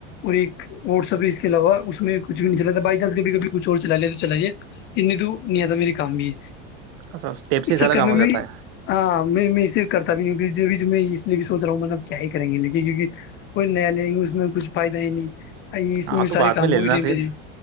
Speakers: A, on the left (about 35°); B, on the right (about 50°).
A: اور ایک واٹسپ اس کے علاوہ اس میں کچھ بھی نہیں چلا تھا بائی چانس کبھی کبھی کچھ اور چلا لیا تو چلا جے انی تو نہیں آتا میرے کام بھی یہ
B: ہے اسٹیپ سے
A: اس
B: ہی سارا
A: چکر
B: کام
A: میں
B: ہو
A: میں
B: جاتا ہے
A: ہاں میں میں اسے کرتا بھی ہوں میں سوچ رہا ہوں م میںلب کیا ہی کریں گ لیکن کیہ کوئی نیا لیں گے اس میں کچھ فائد ہی نہیں ا بھی
B: ہاں تو
A: سار
B: بعد
A: کام
B: میں لے
A: ہو
B: لینا
A: بھی نہیںے
B: پھر
A: میرے